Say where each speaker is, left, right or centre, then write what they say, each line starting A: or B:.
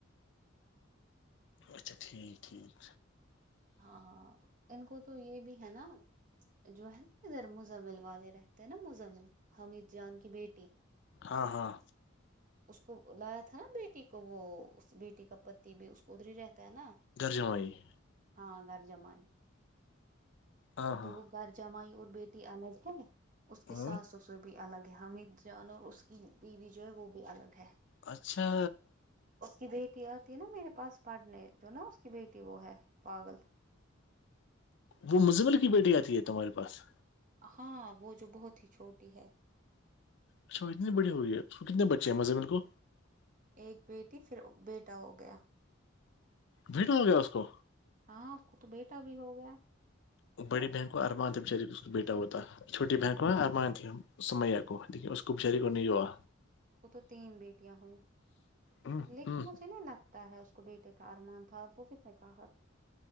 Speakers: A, on the left; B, on the right.
A: اچھا ٹھیک ٹھیک
B: ہاں ہاں ان کو تو یہ بھی ہے نا جو ہے نا ادھر مز مل والے رہے نا مزمن حامد جان کی بیٹی
A: ہاں ہاں
B: اس کو لایا تھا نا بیٹی کو وہ بیٹی کا پتی بھی اس کو ادری رہتا ہے نا
A: درجمائیی
B: ہاں گھر جمائے
A: ہاں ہاں
B: تو وہ گھر جمائی اور بیٹی الگ ہے اس کے
A: ہاں
B: ساس سس بھی الگ ہے حامد جان اور اس کی بیوی جو ہے وہ بھی الگ ہے
A: اچھا
B: اس کی بیٹی آتی ہے نا میرے پاس پڑھنے جو نا اس کی بیٹی وہ ہے پاگل
A: وہ مجمر کی بیٹی آتی ہے تمہارے پاس
B: ہاں وہ جو بہت ہی چھوٹی ہے
A: اچھا اتنے بڑے ہو گئے اس کو کتنے بچ ہیں مزے مال کو
B: ایک بیٹی پھر بیٹا ہو گیا
A: بھیٹ ہو گیا اس کو
B: ہاں خ تو بیٹا بھی ہو گیا
A: وہ بڑی بہن کو ارمان دب شریک اس کو بیٹا ہوتا چھوٹی بہن کو اور مانتی میا کو لیکن اس کو بچاری کو نہیں ہوا
B: وہ تو تین بیٹیاں ہوئ
A: ہوں
B: لیکن
A: ہوں
B: مھنے لگ تا ہے اس کو بیٹے کا ارمان تھا وہ کس نے کہا